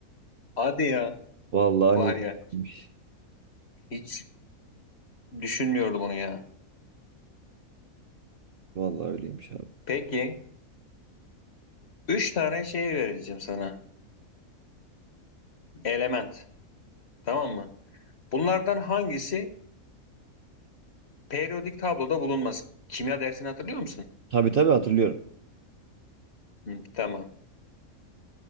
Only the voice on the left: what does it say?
Hadi ya.
Var
ya.
Hiç düşünmüyordum onu ya.
Peki. Üç tane şey vereceğim sana. Element. Tamam mı? Bunlardan hangisi periyodik tabloda bulunmaz? Kimya dersini hatırlıyor musun?
Hı, tamam.